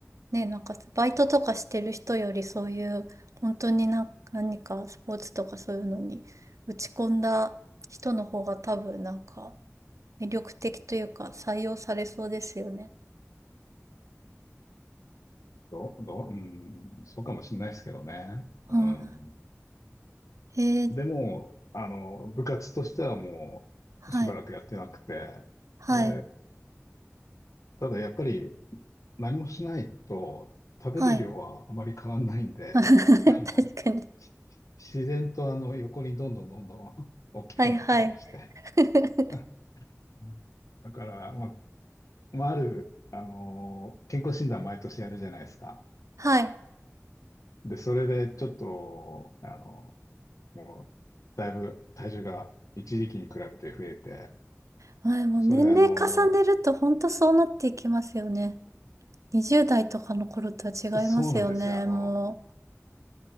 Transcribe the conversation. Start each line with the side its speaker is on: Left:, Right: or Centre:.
Right: ね、なんかバイトとかしてる人よりそういう本当にな何かスポーツとかそういうのに打ち込んだ人の方が多分なんか魅力的というか採用されそうですよね。
Left: どう、どう、うん、そうかもしれないですけどね。
Right: うん
Left: うん、
Right: へえ、
Left: でも、あの、部活としてはもう、
Right: はい、
Left: しばらくやってなくて、
Right: はい、
Left: で、ただやっぱり、何もしないと食べる量はあまり変わんないんで、
Right: はい。<laughs>
Left: <laughs> あの、
Right: 確かに。
Left: し自然とあの横にどんどんどんどん <laughs> 大きくなってきまして。
Right: はい、はい。<laughs>
Left: <laughs> うんだから、まあ、まあ、ある、あの、健康診断毎年やるじゃないですか。
Right: はい。
Left: で、それでちょっと、あの、もう、だいぶ体重が一時期に比べて増えて、
Right: はいもう年齢重ねると本当そうなっていきますよね。
Left: それであの、
Right: 20代とかの頃とは違いますよね、
Left: そうなんですよ。あの、
Right: も